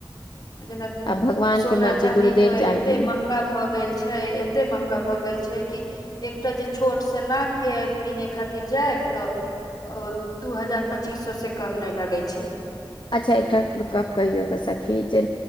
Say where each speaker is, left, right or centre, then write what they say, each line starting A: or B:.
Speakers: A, on the left (about 45°); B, on the left (about 60°).
A: जेना
B: भगवान
A: सोना
B: के मर्जी
A: चाँदी
B: गुरुदेव
A: तऽ एते
B: जानथिन
A: महँगा भऽ गेल छै एते महंगा भऽ गेल छै कि एकटा जे छोट सऽ नाक के किने खातिर जायब तऽ ओ दू हजार पच्चीस सौ से कम नहि लगै छै
B: अच्छा एकटा गप कहियो तऽ सखी जे